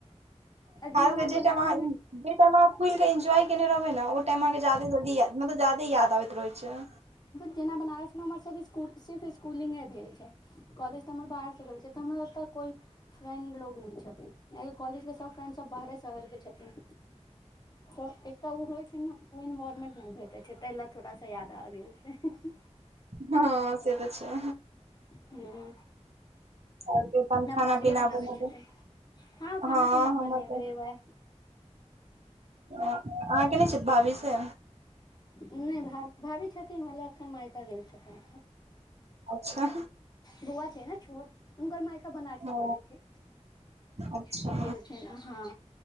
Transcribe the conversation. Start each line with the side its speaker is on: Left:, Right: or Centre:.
Left: जेना
Right: हालके
Left: हमर
Right: जे
Left: बनारस
Right: टाइम आहाँ
Left: मे
Right: जे टाइ अहाँ खुल कें इन्जॉय केने रहबै नऽ ओ टाइम अहाँ के ज्यदा जल्दी याद मतलब जाादे याद आबैत रहै छै
Left: जेना बनारस मे हमर सबक सिर्फ स्कूलिंगे भेल छै कॉलेज बाहर से हमर ओ कोइ फ्रेंड लोग नहि छथिन कॉलेज के सब फ्रेंड सब बाहे शहर के छथिन तऽ एकटा ओ होइ छै ने ओ इन्वायरमेंट नहि भेटैत छै ताहि लए थोड़ा सा यादा आब गेल छै
Right: हँ से तऽ छै
Left: ह
Right: और कहियो तऽ खाना
Left: भाभीए
Right: पीना
Left: बनाबै
Right: बनेब
Left: छथिन
Right: हँ
Left: खाना पीना
Right: हमर
Left: बनेबेबै
Right: तऽ अहाँके नहि छैथ भाभी से
Left: नहि भ भाभी छथिन हेलय एखन मायिका गेल छथिन
Right: अच्छा
Left: बऊआ छै नऽ छोट हुनकर मायका बनारसे
Right: ओ
Left: पड़े छै
Right: अच्छा
Left: तऽ गेल छै हँ